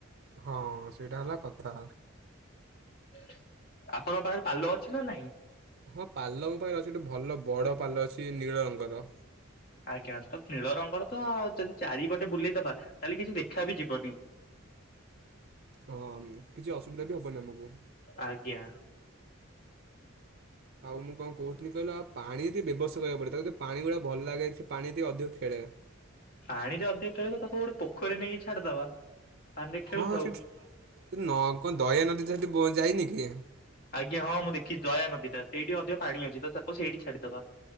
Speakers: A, on the right; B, on the left.
A: ହଁ ସେଇଟା ହେଲା କଥା।
B: ଆପଣଙ୍କ ପାଖରେ ପାଲ ଅଛି ନା ନାଇଁ?
A: ହଁ ପାଲ ମୋ ପାଇଁ ଅଛି ଗୋଟେ ଭଲ ବଡ ପାଲ ଅଛି ନୀଳ ରଙ୍ଗର।
B: ଆଜ୍ଞା ତ ନୀଳ ରଙ୍ଗର ତ ଯଦି ଚାରିପଟେ ବୁଲେଇଦବା ତାହେଲେ କିଛି ଦେଖା ବି ଯିବନି।
A: ହଁ କିଛି ଅସୁବିଧା ବି ହବନି ଆମକୁ।
B: ଆଜ୍ଞା।
A: ଆଉ ମୁଁ କଣ କହୁଥିଲି କହିଲ ଆଉ ପାଣି ଟିକେ ବ୍ୟବସ୍ତା କରିବାକୁ ପଡ଼ିବ ତାକୁ ଯି ପାଣି ଗୁଡା ଭଲ ଲାଗେ ପାଣି ସହିତ ଟିକେ ଅଧିକ ଖେଳେ।
B: ପାଣିରେ ଅଧିକ ଖେଳେ ତ ତାକୁ ଗୋଟେ ପୋଖରୀ ରେ ନେଇକି ଛାଡିଦବା। ପାଣିରେ ଖେଳୁଥାଉ।
A: ହଁ ସେଠି ସେଠ ନ କଣ ଦୟଆ ନଦୀ ସେଠି ଯାଇନି କି?
B: ଆଜ୍ଞା ମୁଁ ଦେଖି ଦୟା ନଦୀ ଟା ସେଇଠି ଅଧିକ ପାଣି ଅଛି ତ ତାକୁ ସେଇଠି ଛାଡିଦବା।